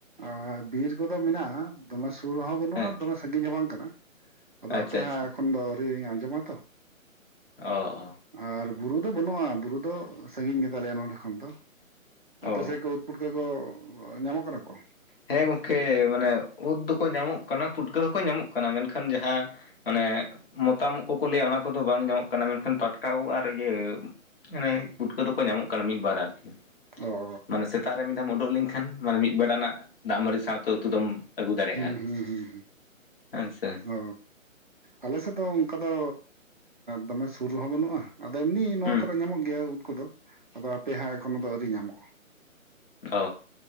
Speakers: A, on the right; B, on the left.
A: ᱟᱨ ᱵᱤᱨ ᱠᱚᱫᱚ ᱢᱮᱱᱟᱜ-ᱟ ᱫᱚᱢᱮ ᱥᱩᱨ ᱨᱮᱦᱚᱸ ᱵᱟᱹᱱᱩᱜᱼᱟ
B: ᱦᱮᱸ
A: ᱫᱚᱢᱮ ᱥᱟᱺᱜᱤᱧ ᱦᱚᱸ ᱵᱟᱝ ᱠᱟᱱᱟ᱾ ᱟᱫᱚ
B: ᱟᱪᱪᱷᱟ
A: ᱟᱯᱮ ᱦᱟᱸᱜ
B: ᱟᱪᱪᱷᱟ
A: ᱮᱠᱷᱚᱱ ᱫᱚ ᱟᱹᱶᱨᱤ ᱞᱤᱧ ᱟᱸᱡᱚᱢᱟᱛᱚ᱾
B: ᱚ ᱚ
A: ᱟᱨ ᱵᱩᱨᱩ ᱫᱚ ᱵᱟᱹᱱᱩᱜ-ᱟ ᱵᱩᱨᱩ ᱫᱚ ᱥᱟᱹᱜᱤᱧ ᱜᱮᱛᱟᱞᱮᱭᱟ ᱱᱚᱰᱮ ᱠᱷᱚᱱ ᱫᱚ
B: ᱚ
A: ᱟᱯᱮ
B: ᱚ
A: ᱥᱮᱫ ᱠᱚ ᱯᱩᱴᱠᱟᱹ ᱠᱚ ᱧᱟᱢᱚᱜ ᱠᱟᱱᱟ ᱠᱚ?
B: ᱦᱮᱸ ᱜᱚᱢᱠᱮ ᱢᱟᱱᱮ ᱩᱫ ᱫᱚᱠᱚ ᱧᱟᱢᱚᱜ ᱠᱟᱱᱟ ᱯᱩᱴᱠᱟᱹ ᱦᱚᱸᱠᱚ ᱧᱟᱢᱚᱜ ᱠᱟᱱᱟ ᱢᱮᱱᱠᱷᱟᱱ ᱡᱟᱦᱟᱸᱼᱼ ᱢᱟᱱᱮ ᱢᱚᱛᱟᱢ ᱩᱜ ᱠᱚᱠᱚ ᱞᱟᱹᱭᱟ ᱚᱱᱟ ᱠᱚᱫᱚ ᱵᱟᱝ ᱧᱟᱢᱚᱜ ᱠᱟᱱᱟ ᱢᱮᱱᱠᱷᱟᱱ ᱯᱟᱴᱠᱟ ᱩᱫᱽ ᱟᱨ ᱤᱭᱟᱹ ᱢᱟᱱᱮ ᱯᱩᱴᱠᱟᱹ ᱫᱚᱠᱚ ᱧᱟᱢᱚᱜ ᱠᱟᱱᱟ ᱢᱤᱫ-ᱵᱟᱨ ᱟᱨᱠᱤ᱾
A: ᱚ
B: ᱢᱟᱱᱮ ᱥᱮᱛᱟᱜ ᱨᱮ ᱢᱤᱫ ᱫᱷᱟᱣᱮᱢ ᱩᱰᱩᱠ ᱞᱮᱱᱠᱷᱟᱱ ᱢᱟᱱᱮ ᱢᱤᱫ ᱵᱮᱲᱟᱱᱟᱜ ᱫᱟᱜᱢᱟᱹᱰᱤ ᱥᱟᱶᱛᱮ ᱩᱛᱩ ᱫᱚᱢ ᱟᱹᱜᱩ ᱫᱟᱲᱮᱭᱟᱜᱼᱟ
A: ᱦᱩᱸ
B: ᱟᱨᱠᱤ
A: ᱦᱩᱸ ᱦᱩᱸ
B: ᱦᱮᱸ ᱥᱮ
A: ᱚ᱾ ᱟᱞᱮ ᱥᱮᱫ ᱫᱚ ᱚᱝ ᱠᱟ ᱫᱚ ᱫᱚᱢᱮ ᱥᱩᱨ ᱨᱮᱦᱚᱸ ᱵᱟᱹᱱᱩᱜ-ᱟ ᱟᱫᱚ ᱮᱢᱱᱤ ᱱᱚᱣᱟ
B: ᱦᱩᱸ
A: ᱠᱚᱨᱮ ᱧᱟᱢᱚᱜ ᱜᱮᱭᱟ ᱩᱫᱽ ᱠᱚᱫᱚ᱾ ᱟᱫᱚ ᱦᱟᱯᱮ ᱦᱟᱸᱜ ᱮᱠᱷᱚᱱᱳ ᱫᱚ ᱟᱹᱣᱨᱤ ᱧᱟᱢᱚᱜ-ᱟ᱾
B: ᱚ᱾